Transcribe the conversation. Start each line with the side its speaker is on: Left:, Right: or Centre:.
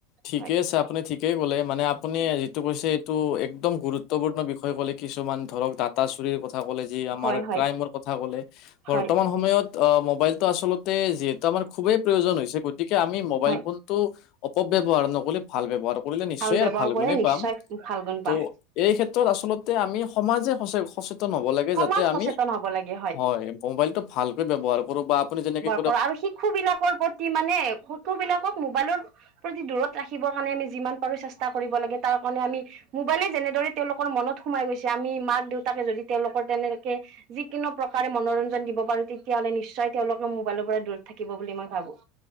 Left: ঠিকেই
Right: হয়
Left: আছে আপুনি ঠিকেই কলে মানে আপুনি যিটো কৈছে এইটো এক একদম গুৰুত্বপূৰ্ণ বিষয় কলে কিছুমান ধৰক ডাটা চুৰ ক'লে যি আমাৰ
Right: হয় হয়
Left: ক্ৰাইমৰ কথা ক'লে বৰ্তমান
Right: হয়
Left: সময়ত অ মোবাইলটো আচলতে যিহেতু আমাৰ খুবেই প্ৰয়োজন হৈছে গতিকে আমি মোবাইল
Right: হয়
Left: ফোন টো অপব্যৱহাৰ নকৰিলে ভাল ব্যৱহাৰ কৰিলে নিশ্চয়
Right: ব্যৱহাৰ
Left: আৰু ভাল
Right: কৰে
Left: গুণেই
Right: নিশ্চয়
Left: পাম।
Right: ভাল গুণ
Left: ত
Right: পাম
Left: এই ক্ষেত্ৰত আচলতে আমি সমাজে সচ সচেত তন হ'ব লাগে
Right: সমাজ
Left: যাতে
Right: সচেতন
Left: আমি
Right: হ'ব লাগে
Left: হয়, মোবাইলটো ভালকে ব্যৱহাৰ কৰো বা আপুনি যেনেকৈ
Right: কৰা আৰু শিশু বিলাকৰ প্ৰতি মানে শিশু বিলাকক মোবাইলৰ প্ৰতি দূৰত ৰাখিবৰ কাৰণে আমি যিমান পাৰো চেষ্টা কৰিব লাগে, তাৰ কাৰণে আমি মোবাইলে যেনেদৰে তেওঁলোকৰ মনত সোমাই গৈছে, আমি মাক দেউতাকে যদি তেওঁলোকৰ তেনেকে যিকোনো প্ৰকাৰে মনোৰঞ্জন দিব পাৰো তেতিয়া হ'লে নিশ্চয় তেওঁলোকৰ মোবাইলৰ পৰা দূৰত থাকিব বুলি মই ভাবো।